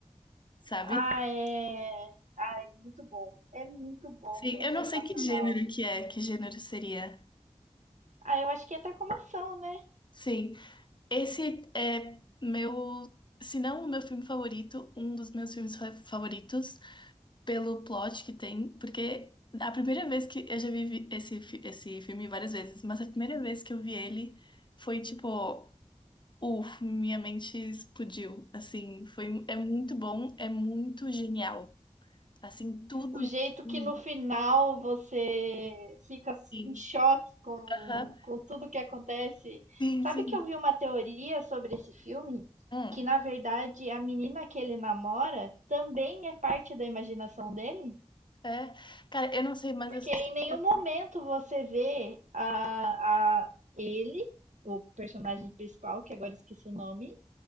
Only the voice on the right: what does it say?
Ah, é. Ai, muito bom. É muito bom,
é
sensacional.
Ah, eu acho que entra como ação, né?
o jeito
que no final você fica
em choque com,
com tudo que acontece.
Sabe
que eu vi uma teoria sobre esse filme?
Que na verdade a menina que ele namora também é parte da imaginação dele?
Porque
em nenhum momento você vê a, a ele, o personagem principal, que agora esqueci o nome,